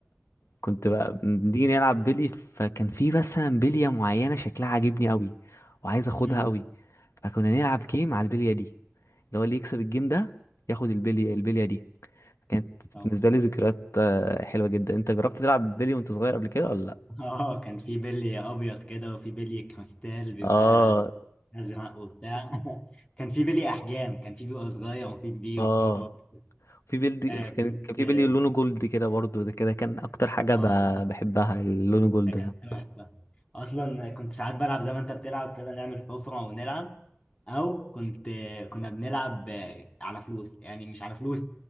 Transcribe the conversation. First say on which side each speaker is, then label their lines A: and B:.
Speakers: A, on the left (about 75°); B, on the left (about 25°).
A: كنت بقى بنيجي نلعب بيلي فكان في مثلا بليه معينه شكلها عاجبني قوي وعايز اخدها
B: أمم.
A: قوي فكنا نلعب جيم على البليه دي اللي هو اللي يكسب الجيم ده ياخد البليه البليه دي كانت
B: اه
A: بالنسبه لي ذكريات آه، حلوه جدا انت جربت تلعب بلي وانت صغير قبل كده ولا لأ؟
B: اه كان في بلي أبيض كده وفي بلي كريستال بيبقى
A: اه
B: أزرق وبتاع <laughs> كان في بلي أحجام كان في بيبقى صغير وفي كبير
A: اه
B: وفي متوسط
A: في بيلد كان
B: آه كنت
A: كان في
B: اه
A: بيلي لونه جولد كده برضه ده كده كان اكتر حاجة
B: آه.
A: ب- بحبها اللون جولد
B: ده كان
A: ده
B: تحفة أصلا كنت ساعات بلعب زي ما أنت بتلعب كده نعمل حفرة ونلعب أو كنت كنا بنلعب على فلوس يعني مش على فلوس